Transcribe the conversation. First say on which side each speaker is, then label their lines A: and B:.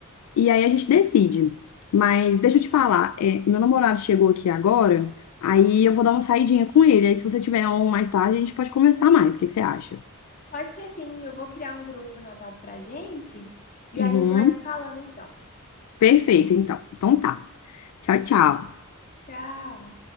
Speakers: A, on the left; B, on the left.
A: E aí a gente decide. Mas deixa eu te falar, é, meu namorado chegou aqui agora, aí eu vou dar uma saidinha com ele. Aí se você tiver um mais tarde, a gente pode conversar mais. O que que você acha?
B: Pode ser sim, eu vou criar um grupo no WhatsApp pra gente e
A: Uhum.
B: a gente vai se falando então.
A: Perfeito, então. Então tá. Tchau, tchau.
B: Tchau.